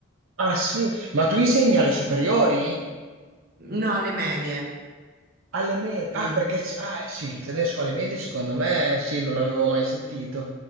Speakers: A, on the right (about 70°); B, on the right (about 45°).
A: Ah, sì, ma tu insegni alle superiori?
B: No, alle medie.
A: Alle medie? Ah,
B: mm.
A: perché c- ah, eh, sì, il tedesco alle medie secondo me sì, non l'avevo mai sentito.